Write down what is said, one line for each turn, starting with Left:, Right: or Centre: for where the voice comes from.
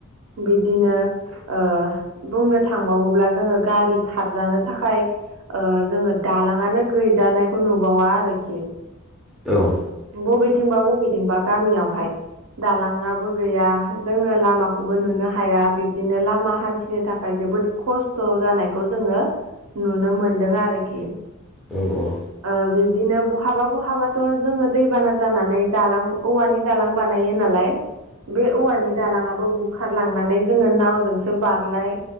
Right: बिदिनो ओ बुंनो थांबावोब्ला जोङो गारि खार जानो थाखाय ओ जोङो दालाङानो गैजानायखौ नुबावा आरोखि
Centre: औ
Right: बबेथिंबा बबेथिंबा गामियावहाय दालाङाबो गैया जोङो लामाखौबो नुनो हाया बिब्दिनो लामा हान्थिनो थाखाय जोबोद खस्थ' जानायखौ जोङो नुनो मोनदों आरोखि
Centre: औ औ
Right: ओ बिदिनो बहाबा बहाबाथ' जोङो दैबाना जानानै दालां औवानि दालां बानायो नालाय बे औवानि दालाङाबो बुखारलांनानै जोङो नावजोंसो बारलाय